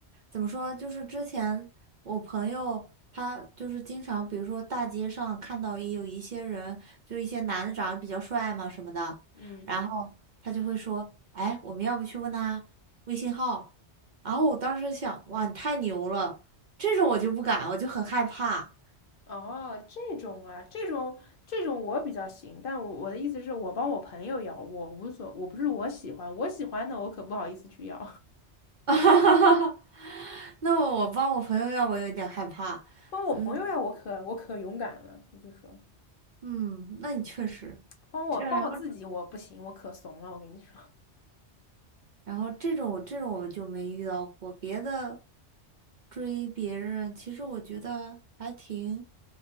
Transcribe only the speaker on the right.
怎么说，就是之前我朋友他就是经常，比如说大街上看到也有一些人，就一些男的长得比较帅嘛什么的，
然后他就会说，哎，我们要不去问他微信号？然后我当时想，哇，你太牛了，这种我就不敢，我就很害怕。
<laughs> 那我帮我朋友要，我有点害怕。
嗯
嗯，那你确实。
这样。
然后这种这种我就没遇到过，别的追别人，其实我觉得还挺